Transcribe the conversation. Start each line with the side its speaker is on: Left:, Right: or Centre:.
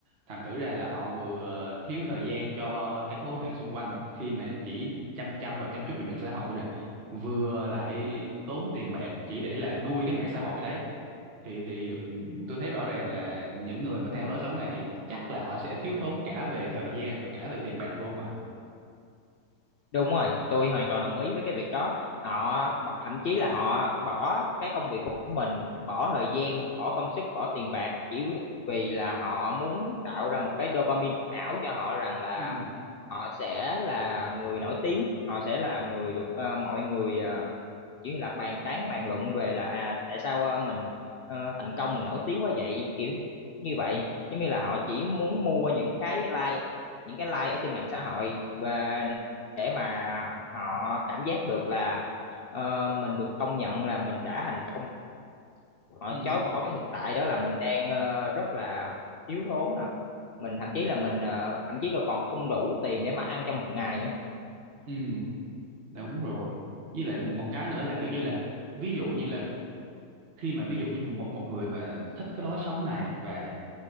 Right: thành thử ra là họ vừa ờ, thiếu thời gian cho các mối quan hệ xung quanh khi mà chỉ chăm chăm vào chăm chút cho mạng xã hội nè vừa lại tốn tiền bạc chỉ để là nuôi cái mạng xã hội đấy thì thì ừm, tôi thấy rõ ràng là những người mà theo lối sống này chắc là họ sẽ thiếu thốn cả về thời gian và cả về tiền bạc luôn mà
Left: đúng rồi tôi hoàn toàn đồng ý với cái việc đó họ b- thậm chí là họ bỏ cái công việc của mình bỏ thời gian bỏ công sức bỏ tiền bạc chỉ vì là họ muốn tạo ra một cái dopamine ảo cho họ rằng là
Right: Ừ.
Left: họ sẽ là người nổi tiếng họ sẽ là người được ờ, mọi người ờ, chỉ là bàn tán bàn luận về là à tại sao ờ, mình ờ, thành công mình nổi tiếng quá vậy kiểu như vậy giống như là họ chỉ muốn mua những cái like những cái like ở trên mạng xã hội và để mà họ cảm giác được là ờ, mình được công nhận là mình đã thành công họ
Right: Ừ.
Left: chối bỏ cái thực tại đó là mình đang ờ, rất là thiếu thốn nè mình thậm chí là mình ờ, thậm chí là còn không đủ tiền để mà ăn trong một ngày nữa
Right: ừ đúng rồi với lại một, một cái nữa là kiểu như là ví dụ như là khi mà ví dụ như một một người mà thích cái lối sống này và